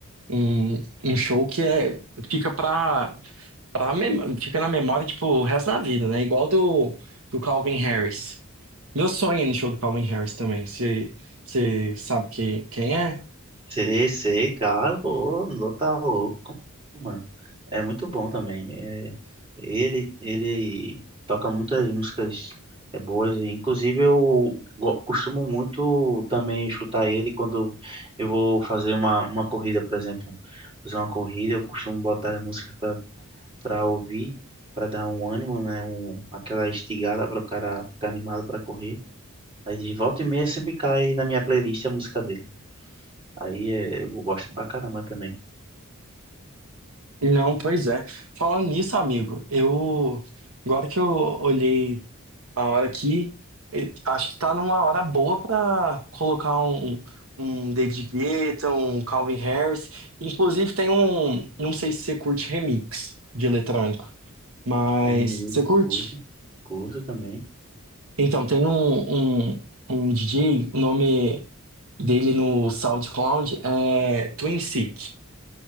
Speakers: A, on the right; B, on the right.
A: um, um show que é, fica pra, pra mem- fica na memória, tipo, o resto da vida, né? Igual do, do Calvin Harris. Meu sonho é ir no show do Calvin Harris também. Você você sabe que, quem é?
B: Sei, sei, cara, pô, não tá louco, mano. É muito bom também. É, ele, ele toca muitas músicas é, boas. Inclusive, eu go- costumo muito também escutar ele quando eu vou fazer uma, uma corrida, por exemplo. Fazer uma corrida, eu costumo botar músicas pra, pra ouvir, pra dar um ânimo, né? Um, aquela estigada para o cara ficar animado pra correr. Aí de volta e meia sempre cai na minha playlist a música dele. Aí é, eu gosto pra caramba também.
A: Não, pois é. Falando nisso, amigo, eu agora que eu olhei a hora aqui, eh, acho que tá numa hora boa pra colocar um, um um David Guetta, um Calvin Harris. Inclusive tem um, não sei se você curte remix de eletrônico, mas
B: Hermeneuta,
A: você curte?
B: curto, curto também.
A: Então, tem um, um, um DJ, o nome dele no SoundCloud é Twin Sick.